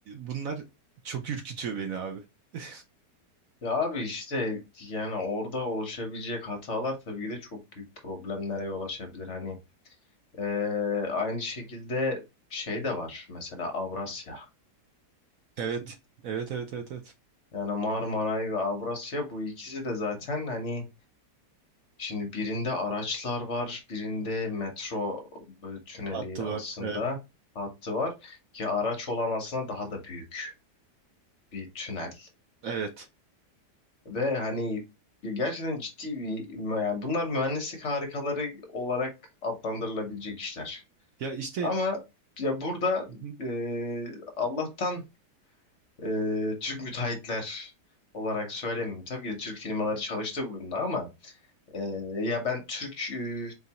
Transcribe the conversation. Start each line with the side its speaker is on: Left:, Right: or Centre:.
Right: bunlar çok ürkütüyor beni abi. <laughs>
Left: Ya abi işte yani orada oluşabilecek hatalar tabii ki de çok büyük problemlere yol açabilir. Hani e, aynı şekilde şey de var mesela Avrasya.
Right: Evet. Evet evet evet evet.
Left: Yani Marmaray ve Avrasya bu ikisi de zaten hani Şimdi birinde araçlar var, birinde metro e, tüneli
Right: Hattı var.
Left: aslında
Right: Evet.
Left: hattı var ki araç olan aslında daha da büyük bir tünel
Right: Evet.
Left: ve hani bir- gerçekten ciddi bir mü- yani bunlar mühendislik harikaları olarak adlandırılabilecek işler.
Right: Ya işte
Left: Ama ya burada
Right: Hı hı.
Left: e, Allah'tan e, Türk müteahhitler olarak söylemeyeyim. Tabii ki de Türk firmaları çalıştı bununla ama e, ya ben Türk e,